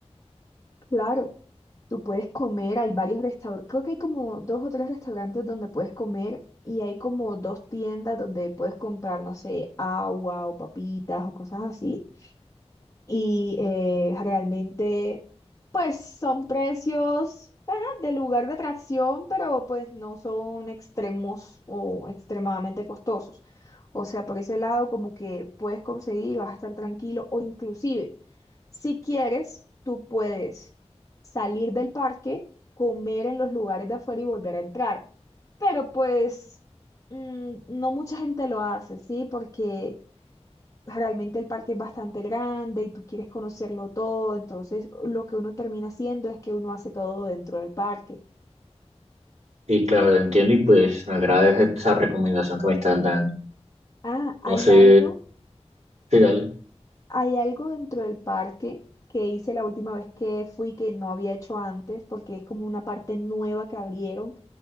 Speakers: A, on the left (about 25°); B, on the right (about 75°).
A: claro, tú puedes comer, hay varios restaurantes, creo que hay como dos o tres restaurantes donde puedes comer y hay como dos tiendas donde puedes comprar, no sé, agua o papitas o cosas así. y eh, realmente pues son precios ajá, de lugar de atracción, pero pues no son extremos o extremadamente costosos. O sea, por ese lado como que puedes conseguir, vas a estar tranquilo o inclusive si quieres, tú puedes salir del parque, comer en los lugares de afuera y volver a entrar. Pero pues mm, no mucha gente lo hace, ¿sí? Porque realmente el parque es bastante grande y tú quieres conocerlo todo, entonces lo que uno termina haciendo es que uno hace todo dentro del parque.
B: Y claro, lo entiendo y pues me agrada esa esa recomendación que me estás dando.
A: Ah, hay
B: No sé,
A: algo,
B: ¿qué tal?
A: hay algo dentro del parque que hice la última vez que fui que no había hecho antes, porque es como una parte nueva que abrieron,